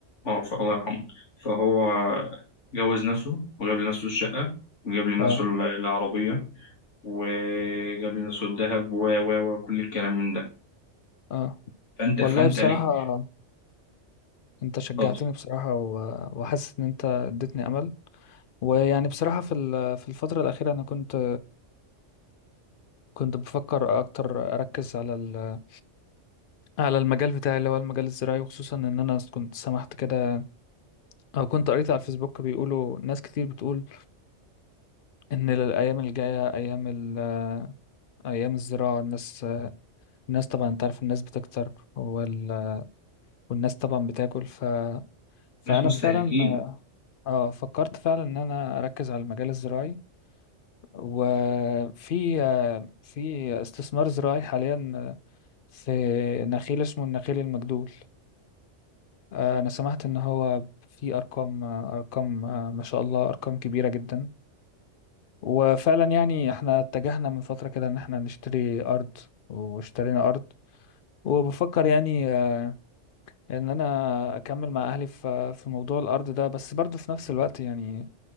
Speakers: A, on the left; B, on the left.
A: اه ف- الله يرحمه فهو جوز نفسه وجاب لنفسه الشقة وجاب لنفسه
B: اه
A: ال- العربية وجاب لنفسه الذهب و و وكل الكلام من ده
B: اه
A: فأنت
B: والله
A: فأنت
B: بصراحة
A: ليه؟
B: انت شجعتني
A: اتفضل
B: بصراحة و... وحاسس ان انت اديتني امل ويعني بصراحة في ال- في الفترة الأخيرة أنا كنت كنت بفكر أكتر أركز على ال- على المجال بتاعي اللي هو المجال الزراعي وخصوصا إن أنا كنت سمحت كده أو كنت قريت على الفيسبوك بيقولوا ناس كتير بتقول إن الأيام الجاية أيام ال- أيام الزراعة الناس الناس طبعا أنت عارف الناس بتكتر وال... والناس طبعا بتاكل ف... فأنا
A: ناس مستهلكين
B: فعلا اه فكرت فعلا ان انا اركز على المجال الزراعي وفي في استثمار زراعي حاليا في نخيل اسمه النخيل المجدول آه، أنا سمعت إن هو في أرقام آه، أرقام آه، ما شاء الله أرقام كبيرة جدا وفعلا يعني احنا اتجهنا من فترة كده إن احنا نشتري أرض واشترينا أرض وبفكر يعني آه، إن أنا أكمل مع أهلي في في موضوع الأرض ده بس برضه في نفس الوقت يعني